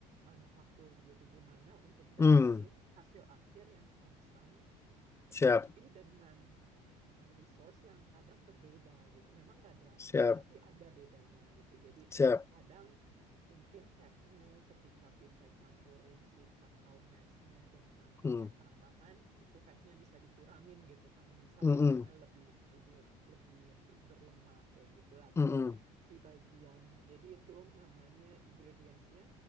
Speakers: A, on the right (about 50°); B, on the left (about 15°).
A: manufaktur gitu. Gimana untuk dapetin
B: Hmm.
A: hasil akhir yang konstan,
B: Siap.
A: tapi dengan eh, resource yang kadang berbeda gitu. Memang nggak drastis,
B: Siap.
A: tapi ada bedanya gitu. Jadi
B: Siap.
A: kadang mungkin fatnya ketika kita campurin si kakao mesnya dengan
B: Hmm.
A: fat tambahan, itu fatnya bisa dikurangin gitu karena misal
B: Mm-mm.
A: satunya lebih lebih lebih berlemak kayak gitulah. lah. Pokoknya
B: Mm-mm.
A: di bagian jadi itu namanya ingredientsnya.